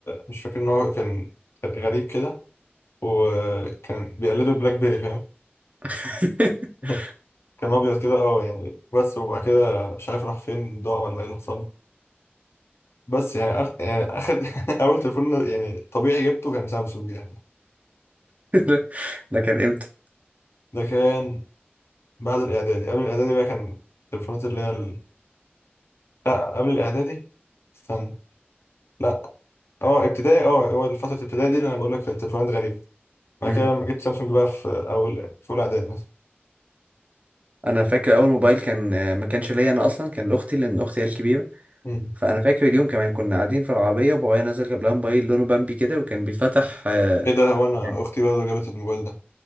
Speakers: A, on the left; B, on the right.
A: مش فاكر ان هو كان كان غريب كده وكان بيقلده بلاك بيري فاهم
B: <laughs>
A: ده كان ابيض كده اه يعني بس وبعد كده مش عارف راح فين ضاع ولا ايه اللي حصل له. بس يعني أخ... يعني اخد <laughs> اول تليفون يعني طبيعي جبته كان سامسونج يعني
B: ده ده كان امتى
A: ده كان بعد الاعدادي قبل الاعدادي بقى كان التليفونات اللي هي ال... لا قبل الاعدادي استنى لا اه ابتدائي اه هو فترة الابتدائي دي اللي انا بقول لك كانت تليفونات غريبة بعد
B: مم.
A: كده لما جبت سامسونج بقى في اول في اولى اعدادي مثلا
B: انا فاكر اول موبايل كان آه، ما كانش ليا انا اصلا كان لاختي لان اختي هي الكبيره
A: مم.
B: فانا فاكر اليوم كمان كنا قاعدين في العربيه وبابايا نزل جاب لها موبايل لونه بامبي كده وكان بيتفتح آه،
A: ايه ده هو انا
B: كان-
A: اختي برضه جابت الموبايل ده